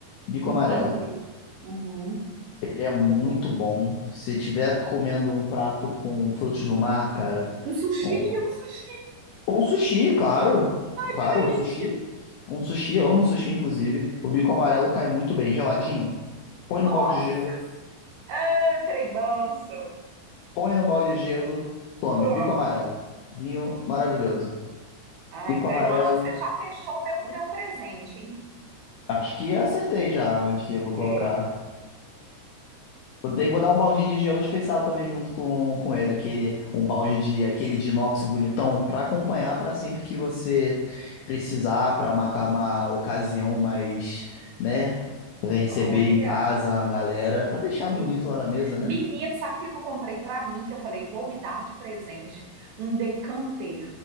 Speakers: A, on the left; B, on the right.
A: Bico
B: Bico
A: Amarelo.
B: amarelo. Uhum.
A: Ele é muito
B: Boa.
A: bom. Se tiver comendo um prato com frutos do mar, cara,
B: Um sushi,
A: um,
B: um sushi,
A: ou um sushi, claro. Claro,
B: que delícia.
A: um sushi. Um sushi, eu amo sushi, inclusive. O bico amarelo cai muito bem, geladinho. Põe
B: Nossa,
A: no balde de gelo.
B: ah, trem manso.
A: Põe no balde de gelo, tome,
B: Pronto.
A: bico amarelo. Vinho maravilhoso.
B: Ah,
A: Bico
B: então
A: amarelo.
B: eu acho que você já fechou meu, meu presente, hein?
A: Acho que acertei já onde que eu vou colocar.
B: É.
A: Vou ter, vou dar um baldinho de gelo especial também junto com, com ele, aquele um balde de aquele de inox bonitão pra acompanhar pra sempre que você precisar pra uma, uma ocasião mais, né, poder receber
B: Olha,
A: em casa a galera, Pra deixar
B: aqui.
A: bonito lá na mesa, né?
B: menino, sabe o que que eu comprei pra mim? Que eu falei, vou me dar de presente um decanter.